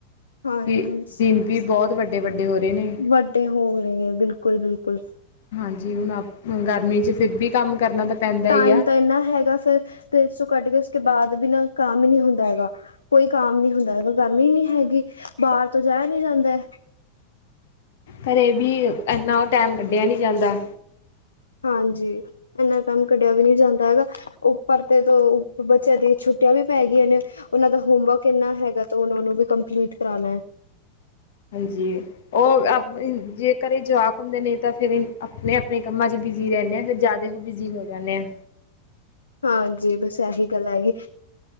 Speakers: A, on the left; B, on the left.
A: ਹਾਂਜੀ
B: ਤੇ ਦਿਨ ਵੀ ਬਹੁਤ ਵੱਡੇ-ਵੱਡੇ ਹੋ ਰਹੇ ਨੇ।
A: ਵੱਡੇ ਹੋ ਰੇ ਬਿਲਕੁਲ ਬਿਲਕੁਲ।
B: ਹਾਂਜੀ ਹੁਣ ਅਪ ਗਰਮੀ ਚ ਫਿਰ ਵੀ ਕੰਮ ਕਰਨਾ ਤਾਂ ਪੈਂਦਾ
A: ਟਾਈਮ
B: ਈ ਆ।
A: ਤਾਂ ਇੰਨਾ ਹੈਗਾ ਫੇਰ ਤੇ ਸੋ ਕੱਟ ਕੇ ਉਸ ਬਾਅਦ ਵੀ ਨਾ ਕੰਮ ਹੀ ਨ੍ਹੀਂ ਹੁੰਦਾ ਹੈਗਾ। ਕੋਈ ਕਾਮ ਨੀ ਹੁੰਦਾ ਹੈਗਾ ਗਰਮੀ ਇੰਨੀ ਹੈਗੀ ਬਾਹਰ ਤੋਂ ਜਾਇਆ ਨੀ ਜਾਂਦਾ।
B: ਘਰੇ ਵੀ ਇਨਾ ਉਹ ਟੈਮ ਕੱਢਿਆ ਨੀ ਜਾਂਦਾ।
A: ਹਾਂਜੀ ਇਨਾ ਕੰਮ ਕੱਢਿਆ ਵੀ ਨ੍ਹੀਂ ਜਾਂਦਾ ਹੈਗਾ ਉਹ ਪਰਤੇ ਤੋਂ ਬੱਚਿਆਂ ਦੀ ਛੁੱਟੀਆਂ ਵੀ ਪੈ ਗਈਆਂ ਨੇ। ਉਹਨਾਂ ਦਾ ਹੋਮਵਰਕ ਇੰਨਾ ਹੈਗਾ ਤਾਂ ਉਹਨਾਂ ਨੂੰ ਵੀ ਕੰਪਲੀਟ ਕਰਾਣਾ ਐ।
B: ਹਾਂਜੀ। ਉਹ ਆਪ ਜ ਜੇ ਘਰੇ ਜਵਾਕ ਹੁੰਦੇ ਨੇ ਤਾਂ ਫੇਰ ਆਪਣੇ-ਆਪਣੇ ਕੰਮਾਂ ਚ ਬਿਜ਼ੀ ਰਹਿੰਣੇ ਆਂ ਫਿਰ ਜ਼ਿਆਦਾ ਦੇਖੋ ਬਿਜੀ ਹੋ ਜਾਂਣੇ ਆਂ।
A: ਹਾਂਜੀ ਬਸ ਇਹੀ ਗੱਲ ਹੈਗੀ।